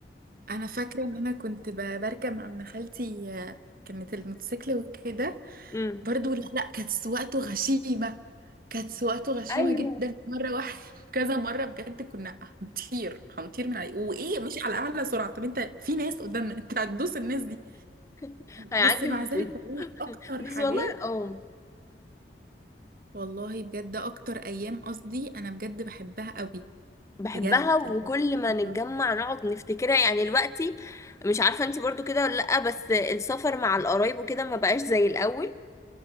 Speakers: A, on the right; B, on the left.
A: أنا فاكرة إن أنا كنت ب- بركب مع ابن خالتي آه، كانت الموتوسيكل وكده
B: امم
A: برضو لا لا كانت سواقته غشيمة كانت سواقته غشيمة
B: ايوه
A: جدا مرة واحدة <laughs> كذا مرة بجد كنا هنطير هنطير من عليه وإيه مش على أعلى سرعة طب أنت في ناس قدامنا أنت هتدوس الناس دي
B: <laughs> هيعدي
A: بس مع
B: من
A: ذلك
B: فوقي
A: والله أكتر
B: بس
A: حاجات
B: والله اه
A: والله بجد أكتر أيام قصدي أنا بجد بحبها قوي
B: بحبها
A: بجد
B: وكل
A: اللي
B: ما نتجمع
A: هو
B: نقعد نفتكرها يعني دلوقتي مش عارفة انتي برضو كده ولا لأ بس السفر مع القرايب وكده ما بقاش زي الأول